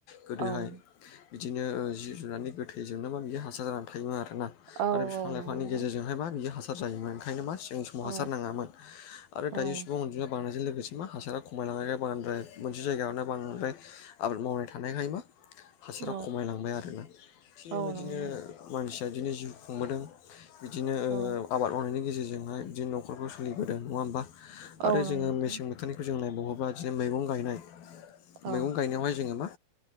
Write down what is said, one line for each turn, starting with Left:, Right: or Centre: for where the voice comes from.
Left: गोदोहाय
Right: औ
Left: बिदिनो जि जुनानै गोथैजोंनोबा बियो हासार जानानै थायोमोन आरो
Right: औ
Left: आरो बिफां
Right: औ
Left: लाइफांनि
Right: नंगौ नोंथां
Left: गेजेरजोंहायबा बियो हासार जायोम ओंखायनो मा सिं समाव
Right: औ
Left: हासार नाङामोन आरो
Right: औ
Left: दायो सुबुं अनजुमा बारनायजों लोगोसे मोनसे मा हासारखौ खमायलांनायखाय बांद्राय मोनसे जायगायावनो बांद्राय आबाद मावनाय थानायखाय मा हासाराव
Right: औ
Left: खमायलांबाय आरोना थिग बेबायदिनो
Right: औ नंगौ नोंथां
Left: मानसि बिदिनो जिउ खुंबोदों बिदिनो
Right: औ
Left: आबाद मावनायनि गेजेरजों हाय नखरखौ खुंबोदों नङा होनबा आरो
Right: औ नंगौ नोंथां
Left: मेसें बोथोरनिखौ बहबा बिदिनो मैगं गायनाय
Right: औ
Left: मैगं गायनायावहाय जोङो मा